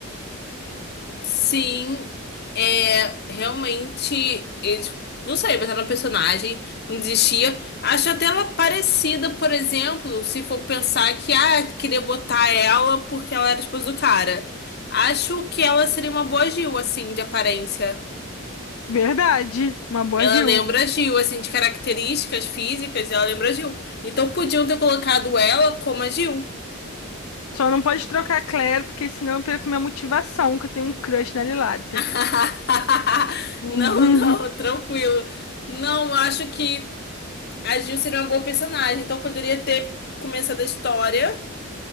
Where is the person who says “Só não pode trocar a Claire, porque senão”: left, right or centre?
Left